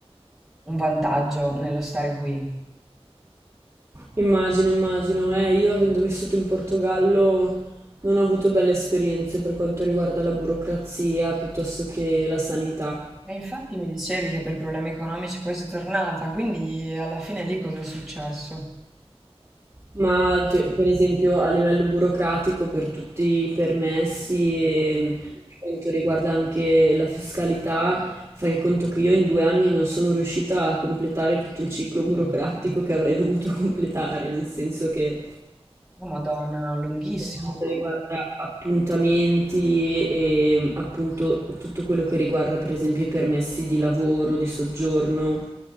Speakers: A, in the centre; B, on the right.
A: un vantaggio nello stare qui.
B: Immagino, immagino, eh, io avendo vissuto in Portogallo non ho avuto belle esperienze per quanto riguarda la burocrazia piuttosto che la sanità.
A: E infatti mi dicevi che per problemi economici poi sei tornata, quindi alla fine lì cosa è successo?
B: Ma te- per esempio a livello burocratico per tutti i permessi e per quanto riguarda anche la fiscalità, fai conto che io in due anni non sono riuscita a completare tutto il ciclo burocratico che avrei dovuto <laughs> completare, nel senso che
A: Oh Madonna, lunghissimo
B: per quanto riguarda
A: il
B: appuntamenti e mm, appunto tutto quello che riguarda per esempio i permessi di lavoro, di soggiorno,